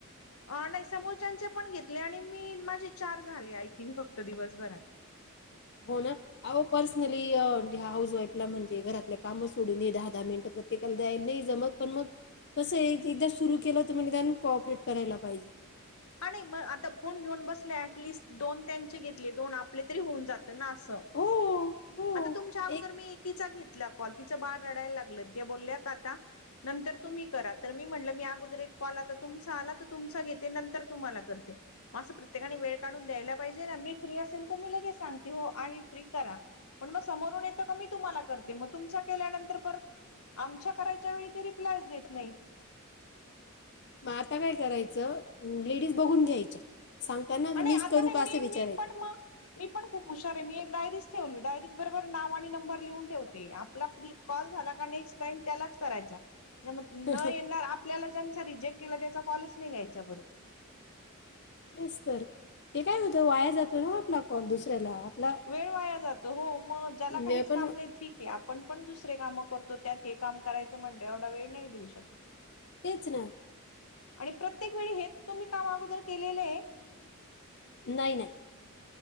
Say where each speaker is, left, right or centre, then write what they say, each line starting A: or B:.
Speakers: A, on the left; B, on the left.
A: अ नाही समोरच्यांचे पण घेतले आणि मी माझे चार झाले आय थिंक फक्त दिवसभरात
B: हो ना अहो पर्सनली हाऊस वाईफला म्हणजे घरातले काम सोडून दहा, दहा मिनिटं प्रत्येकाला द्यायला नाही जमत पण मग कसं एकदा सुरु केलं तर मग त्या कॉऑपरेट करायला पाहिजे
A: हा नाही मग आता फोन घेऊन बसला ऍटलिस्ट दोन त्यांचे घेतले दोन आपले तरी होऊन जात ना अस
B: हो हो
A: आता तुमच्या अगोदर
B: एक
A: मी एकीचा घेत कॉल तिचं बाळ रडायला लागल त्या बोलल्या का आता नंतर तुम्ही करा तर मी म्हटलं मी अगोदर एक कॉल आता तुमचा आला तर तुमचा घेते नंतर तुम्हाला करते असं प्रत्येकाने वेळ काढून द्यायला पाहिजे ना मी फ्री असेल तर मी लगेच सांगते हो आहे फ्री करा पण मग समोरून येतं क मी तुम्हाला करते मग तुमचा केल्यानंतर परत आमच्या करायच्या वेळी ते रिप्लायज देत नाहीत
B: मग आता काय करायचं लेडीज बघून घ्यायच्या सांगताना
A: आणि
B: मीच
A: आता
B: करू
A: नाही
B: का असे
A: मी
B: विचारायचे
A: मी पण मग मी पण खूप हुशार आहे मी एक डारीच ठेवली डायरी बरोबर नाव आणि नंबर लिहून ठेवते आप कॉल झाला नेक्स्टाईम त्यालाच करायचा म न
B: तेच
A: येणारं आप आपल्याला ज्यांचा रिजेक्ट केला त्याचा कॉलच नाही घ्यायचा बरोर
B: तेच तर ते काय होतं वाया जातो ना आपला कॉन दुसऱ्याला आपला
A: वेळ वाया जातो हो मग ज्याला काहीच
B: वेळ पण
A: काम
B: वा-
A: नाही ठीक आहे आप आपण पण दुसरे कामं करतो त्यात हे काम करायचं म्हणलं एवढा वेळ नाही देऊ शकत
B: तेच ना
A: आणि प्रत्येक वेळी हेच तुम्ही काम अगोदर केलेले आहे
B: नाही नाही